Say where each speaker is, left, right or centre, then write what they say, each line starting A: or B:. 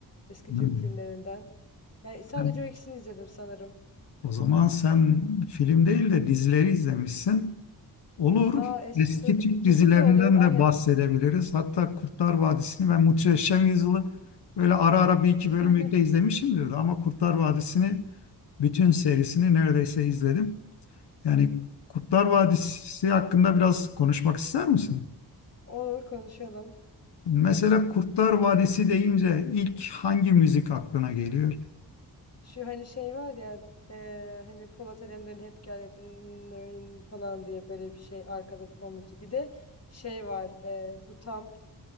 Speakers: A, on the left; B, on the left.
A: Eski
B: Hmm.
A: Türk filmlerinden. Yani sadece
B: Sen-
A: o ikisini izledim sanırım.
B: O zaman sen film değil de dizileri izlemişsin. Olur.
A: Aa es
B: Eski
A: dur
B: Türk dizilerinden
A: dizi de olur
B: de
A: aynen.
B: bahsedebiliriz. Hatta Kurtlar Vadisi'ni ben Muhteşem Yüzyıl'ı böyle ara ara bir iki
A: <laughs>
B: bölümlükte izlemişimdir ama Kurtlar Vadisi'ni Bütün serisini neredeyse izledim. Yani Kurtlar Vadisi hakkında biraz konuşmak ister misin?
A: Olur konuşalım.
B: Mesela Kurtlar Vadisi deyince ilk hangi müzik aklına geliyor?
A: Şu hani şey var ya e, hani Polat Alemdar'ın hep gel dırın, dırın falan diye böyle bir şey arkada bir fon müziği. Bir de şey var e, bu tam